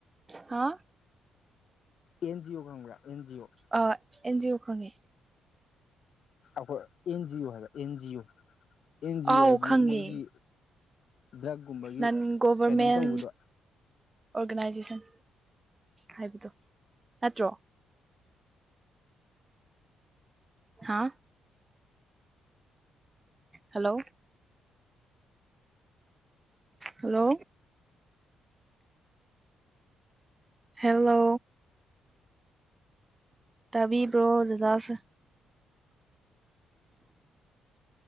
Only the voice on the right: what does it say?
ꯍꯥ
ꯑ ꯑꯦꯟ ꯖꯤ ꯑꯣ ꯈꯪꯉꯦ
ꯑꯥꯎ
ꯈꯪꯉꯦ,
ꯅꯟ ꯒꯣꯚꯔꯃꯦꯟ
ꯑꯣꯔꯒꯅꯥꯏꯖꯦꯁꯟ ꯍꯥꯏꯕꯗꯣ ꯅꯠꯇ꯭ꯔꯣ ꯍꯥ ꯍꯦꯂꯣ ꯍꯜꯂꯣ ꯍꯦꯜꯂꯣ ꯇꯕꯤꯕ꯭ꯔꯣ ꯗꯗꯥꯁꯦ